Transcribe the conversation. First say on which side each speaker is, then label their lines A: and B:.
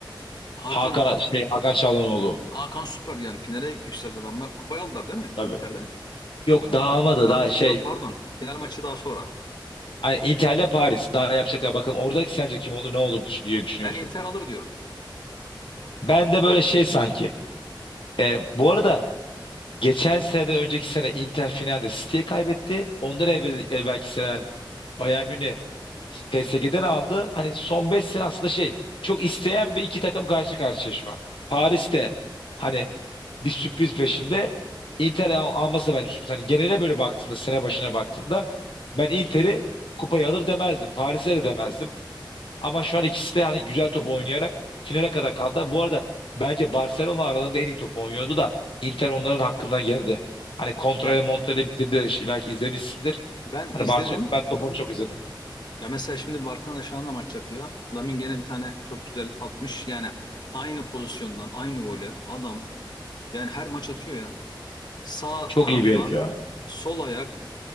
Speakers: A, on the left; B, on the left.
A: Hakan
B: Hakan şey Hakan Çalhanoğlu
A: Hakan süper yani finale yükseldi adamlar. Kupayı aldılar değil mi
B: tabii.
A: Inter'de?
B: Yok dağılmadı
A: Daha,
B: daha
A: ya
B: şey
A: pardon final maçı daha sonra.
B: Hani Inter'le Paris daha yapacaklar. Bakın oradaki sence kim olur ne olur düş- diye düşünüyorsun.
A: Ben Inter alır diyorum.
B: Ben de böyle şey sanki. E, bu arada geçen seneden önceki sene Inter finalde City'ye kaybetti. Ondan evvel, evvelki sene yani Bayern Münih PSG'den aldı. Hani son 5 sene aslında şey çok isteyen bir iki takım karşı karşıya şu an. Paris'te hani bir sürpriz peşinde Inter al- alması da bence sürpriz. Hani genele böyle baktığında sene başına baktığında ben Inter'i kupayı alır demezdim. Paris'e de demezdim. Ama şu an ikisi de yani güzel top oynayarak finale kadar kaldı. Bu arada bence Barcelona aralarında en iyi top oynuyordu da Inter onların hakkından geldi. Hani kontrayla
A: Ya
B: montrayla bitirdi. Şimdi belki izlemişsindir.
A: ben
B: Hani
A: izledim.
B: Barcelona ben topunu çok izledim.
A: Ya mesela şimdi Barcelona şu anda maç yapıyor. Lamine gene bir tane çok güzel atmış. Yani aynı pozisyondan aynı golü adam yani her maç atıyor ya. Sağ
B: Çok
A: taraftan
B: iyi bir herif ya.
A: sol ayak